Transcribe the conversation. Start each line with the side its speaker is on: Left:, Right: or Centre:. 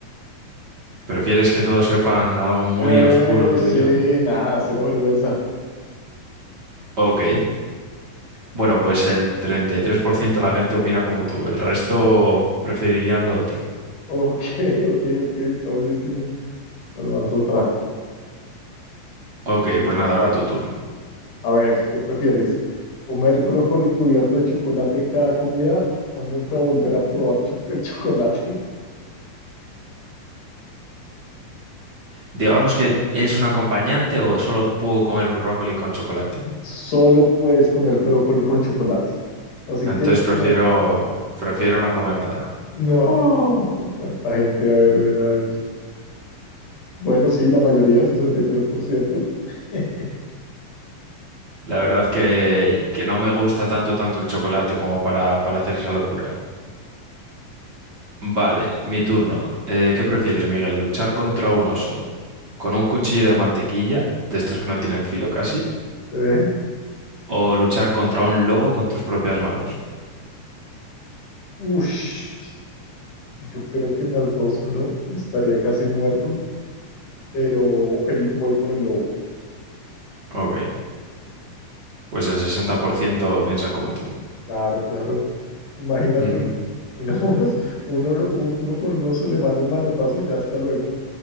Right: ¿Prefieres que todos sepan algo muy
Left: Eh,
Right: oscuro tuyo?
Left: sí, nada, cero vergüenza.
Right: Ok. Bueno, pues el 33% de la gente opina como tú, el resto preferirían lo otro.
Left: Ok, <laughs> ok, ok, está buenísimo. Bueno, vas otra.
Right: Ok, pues nada, ahora tu turno.
Left: A ver, ¿qué prefieres? ¿Comer brócoli cubierto de chocolate en cada comida o nunca volver a probar cho- el chocolate?
Right: Digamos que es un acompañante o solo puedo comer brócoli con chocolate.
Left: <laughs> Solo puedes comer brócoli con chocolate. O si
Right: Entonces
Left: quieres comer.
Right: prefiero, prefiero no comer nada.
Left: No, cuánta gente, a ver, ven a ver. Bueno, sí, la mayoría, 63%. <laughs>
Right: La verdad que, que no me gusta tanto, tanto el chocolate como para, para hacer esa locura. Vale, mi turno. Eh, ¿qué prefieres, Miguel? ¿Luchar contra un oso? con un cuchillo de mantequilla, de estos que no tienen filo casi,
Left: Eh,
Right: o luchar contra un lobo con tus propias manos.
Left: ush, yo creo que en las dos uno estaría casi muerto, pero el, voy por el lobo.
Right: Ok, pues el 60% piensa como tú.
Left: Claro, claro. Imagínate.
Right: Ujú.
Left: si no, <laughs> unos- uno, u- uno con un oso le manda un manotazo y ya hasta luego.